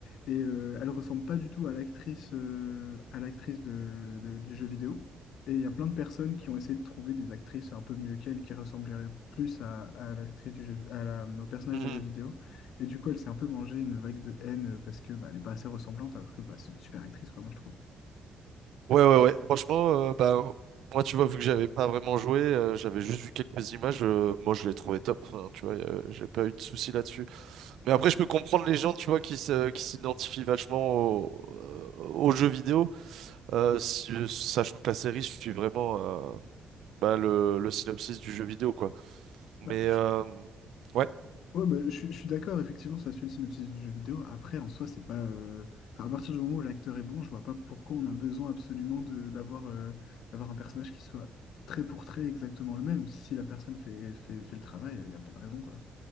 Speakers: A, on the left; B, on the right.
A: Et euh, elle ressemble pas du tout à l'actrice euh, à l'actrice de, de- du jeu vidéo. Et il y a plein de personnes qui ont essayé de trouver des actrices un peu mieux qu'elle qui ressembleraient plus à, à l'actrice du jeu, à la, au personnage
B: Mhm.
A: de jeu vidéo. Et du coup, elle s'est un peu mangée une vague de haine parce que bah, elle est pas assez ressemblante alors que bah, c'est une super actrice, quoi, moi je trouve.
B: Ouais, ouais, ouais. Franchement, euh, bah, moi, tu vois, vu que j'avais pas vraiment joué, euh, j'avais juste vu quelques images, euh, moi, je l'ai trouvé top. Enfin, tu vois, euh, j'ai pas eu de soucis là-dessus. Mais après, je peux comprendre les gens, tu vois, qui se- qui s'identifient vachement au- euh, aux jeux vidéo, euh, si- sachant que la série suit vraiment euh, bah, le, le synopsis du jeu vidéo, quoi. Mais...
A: Bah, je-
B: euh, ouais,
A: Ouais, bah, je, suis je suis d'accord, effectivement, ça suit le synopsis du jeu vidéo. Après, en soi, c'est pas. euh, enfin, à partir du moment où l'acteur est bon, je vois pas pourquoi on a besoin absolument de d'avoir euh, d'avoir un personnage qui soit trait pour trait exactement le même. Si la personne fait, fait, fait le travail, il n'y a pas de raison, quoi.